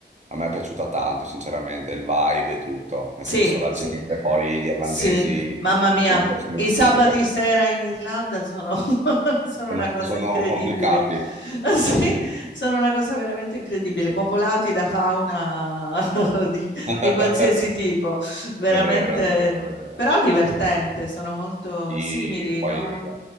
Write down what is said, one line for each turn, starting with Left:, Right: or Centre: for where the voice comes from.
Right: a me è piaciuta tanto, sinceramente, il vibe e tutto, nel
Left: Sì,
Right: senso la
Left: sì,
Right: gente, poi gli irlandesi
Left: sì, mamma mia,
Right: sono persone
Left: i
Right: squisite.
Left: sabati sera in Irlanda sono <laughs> sono
Right: Sono,
Left: una cosa
Right: sono
Left: incredibile.
Right: complicati.
Left: <laughs> Sì,
Right: Sì, sì.
Left: sono una cosa veramente incredibile, popolati da fauna <laughs> di
Right: <laughs>
Left: di qualsiasi tipo, veramente
Right: È vero, è vero, è vero.
Left: però divertente,
Right: Soprattutto-
Left: sono molto
Right: Sì,
Left: simili,
Right: poi,
Left: no,